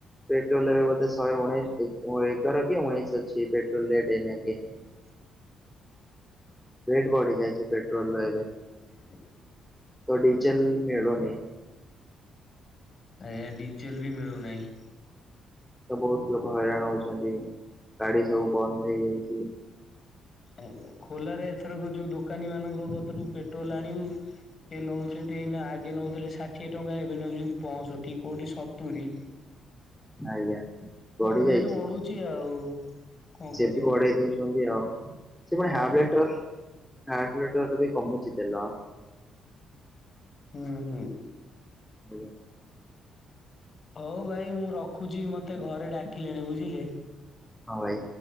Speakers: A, in the centre; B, on the left.
A: ପେଟ୍ରୋଲ ବୋଧେ ଶଏ ଉଣେଇଶ ଏ ଏଗାର କି ଉଣେଇଶ ଅଛି ପେଟ୍ରୋଲ ରେଟ ଏଇନାକେ।
B: ହ
A: ରେଟ ବଢି ଯାଇଛି ପେଟ୍ରୋଲ ର ଏବେ।
B: ହ
A: ତ ଡିଜେଲ ମିଳୁନି।
B: ଆଜ୍ଞା ଡିଜେଲ ବି ମିଳୁନାହିଁ।
A: ତ ବହୁତ ଲୋକ ହଇରାଣ ହଉଛନ୍ତି ଗାଡି ସବୁ ବନ୍ଦ ହେଇଯାଇଛି।
B: ଆଜ ଖୋଲାରେ ଏଥରକ ଯୋଉ ଦୋକାନୀ ମାନଙ୍କ କତିରୁ ପେଟ୍ରୋଲ ଆଣିବୁ ସେ ନେଉଛନ୍ତି ନା ଆଗେ ନେଉଥିଲେ ଷାଠିଏ ଟଙ୍କା ଏବେ ନେଉଛନ୍ତି ପଞ୍ଚଷଠି କୋଉଠି ସତୁରି ସବୁ
A: ଆଜ୍ଞା ବଢି
B: ରେଟ
A: ଯାଇଛି।
B: ବଢୁଛି ଆଉ। କଣ
A: ସେ
B: କରିବା
A: ବି ବଢେଇ ଦଉଛନ୍ତି ଆଉ ସେ ହାପେ
B: ଆଜ୍ଞା।
A: ଲିଟର
B: ଆଜ୍ଞା
A: ହାପେ ଲିଟରବି କମୁଚି ତେଲ।
B: ହୁଁ ହୁଁ।
A: ଆଜ୍ଞା।
B: ହଉ ଭାଇ ମୁଁ ରଖୁଛି ମତେ ଘରେ ଡାକିଲେଣି ବୁଝିଲେ?
A: ହଁ ଭାଇ।